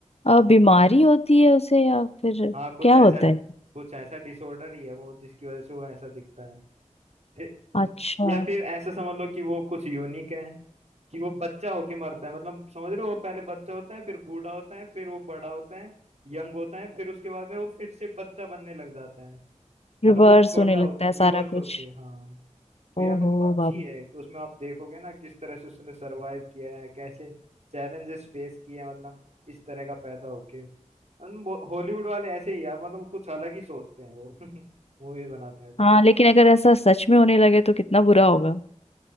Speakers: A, on the left; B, on the right.
A: अ, बीमारी होती है उसे या फिर
B: हाँ कुछ
A: क्या
B: ऐसा
A: होता है
B: कुछ ऐसा डिसऑर्डर ही है वो जिसकी वजह से वो ऐसा दिखता है फिर
A: अच्छा
B: या फिर ऐसा समझ लो कि वो कुछ यूनिक है कि वो बच्चा होके मरता है मतलब समझ रहे हो वो पहले बच्चा होता है फिर बूढ़ा होता है फिर वो बड़ा होता है यंग होता है फिर उसके बाद में वो फिर से बच्चा बनने लग जाता है
A: रिवर्स
B: मतलब वो छोटा
A: होने लगता
B: होके
A: है सारा
B: रिवर्स
A: कुछ
B: होके हाँ रियर
A: ओहो
B: मतलब अच्छी
A: बाबू
B: है उसमें आप देखोगे ना किस तरह से उसने सरवाइव किया है कैसे चैलेंजेस फेस किए हैं, मतलब इस तरह का पैदा होके हॉलीवुड वाले ऐसे ही यार मतलब कुछ अलग ही सोचते हैं वो <laughs> मूवी बनाते हैं तो
A: हाँ लेकिन अगर ऐसा सच में होने लगे तो कितना बुरा होगा